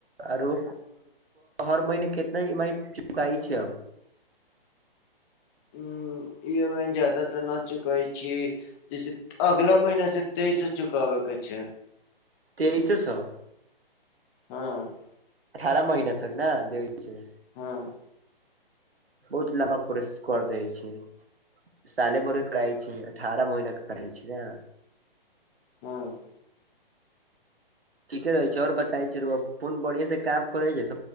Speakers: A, on the right (about 80°); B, on the left (about 25°).
A: आरो हर महीने केतना ई एम आई चुकाई छी अब
B: ऊं ई एम आई ज्यादा तऽ न चुकाई छी जैसे अगला महिना से तेइस सए चुकाबे के छै।
A: तेइसे सए
B: हँ
A: अठारह महिना तक ना देबे के छै।
B: हँ
A: बहुत लम्बा प्रोसेस कर दै छैय। साल बरब करइ छै अठारह महिना के करइ छैय ने
B: हँ
A: ठीके रहै छैय और बताइ छी रौआ फोन बढ़िया से काम करे छैय,